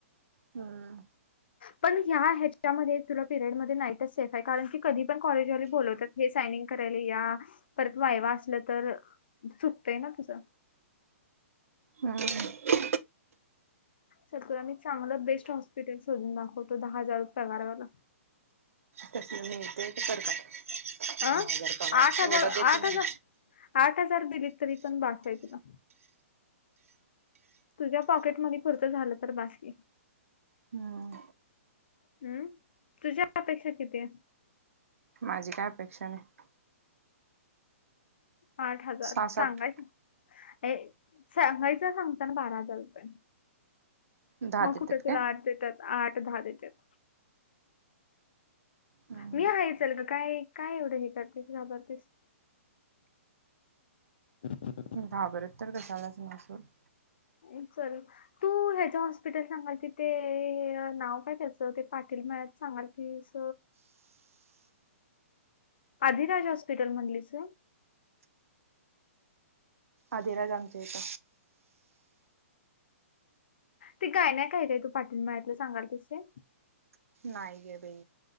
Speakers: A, on the right (about 75°); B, on the left (about 45°).
A: हम्म.
B: पण ह्या ह्याच्यामध्ये तुला पिरियड मधे नाईटच सेफ आहे. कारण की कधी पण कॉलेजवाले बोलवत्यात हे सायनिंग करायला या. परत वायवा असल तर चुकतय ना तुझ.
A: हम्म
B: चल तुला मी चांगलं बेस्ट हॉस्पिटल शोधून दाखवतो. दहा हजार पगारवाला.
A: तस मिळतय ते करताय. दहा
B: अ
A: हजार पगार
B: आठ हजार
A: एवढा देतील
B: आठ हजार
A: का?
B: आठ हजार दिलीत तरी पण बास आहेत तुला. तुझ्या पॉकेट मनी पुुरत झाल तरी बासकी.
A: हम्म
B: हम्म तुझ्या अपेक्षा किती आहेत?
A: माझी काय अपेक्षा नाही.
B: आठ हजार
A: सहा सात
B: सांगायच, ये सांगायचं सांगातांना मग त्यांना बारा हजार रुपये.
A: दहा
B: मग
A: देतात
B: कुठे तुला
A: काय?
B: आठ देत्यात. आठ दहा देत्यात.
A: हम्म
B: मी आहे चल ग. काय काय एवढ हे करतेस घाबरतेस. <inaudible>
A: घाबरत तर कशालाच नाय सोड.
B: उचल तू ह्याच्या हॉस्पिटल सांगाल तिथे नाव काय त्याचं ते पाटील मळ्यात. सांगल प्लीज. आधिराज हॉस्पिटल म्हणलीस.
A: अधिराज आमच्या इथ.
B: ते गायनाक आहे ते तू पाटील मळ्यातल सांगायलीस ते.
A: नाई गं बाई